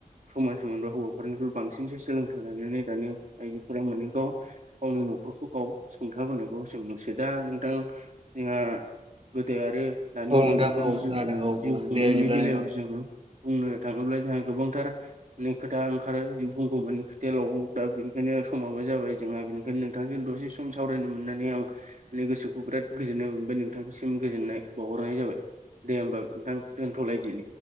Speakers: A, on the right; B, on the right.
A: समान सो मोनबा हौवाफोरनिफ्राय बांसिनसो सोलोंथाइ लानानै दानि आइजोफोरा माने गाव गावनि न'खरखौ गाव सुंथाबोनो बावसो मोसे दा नोंथां जोंहा गोदो आरो। दानि
B: औ नोंथां
A: सुबुंफोरनि
B: औ
A: जिउ
B: खोनादों औ
A: जिउ
B: औ
A: खुंनायनि
B: दे बिदिब्ला
A: बेलायाव
B: नोंथां
A: जोङो। बुंनो थाङोब्ला जोंहा गोबांथार नो खोथा ओंखारो जि बुगौ माने खोथायालावगै दा बेनिखायनो समाबो जाबाय जोंहा बेनि <inaudible> नोंथांजों दसे सम सावरायनो मोनना नै आं गोसोखौ बिराद गोजोननाय मोनबाय नोंथांनिसिम गोजोननाय बावहरनाय जाबाय। दे होमबा नोंथां दोनथ'लायदि।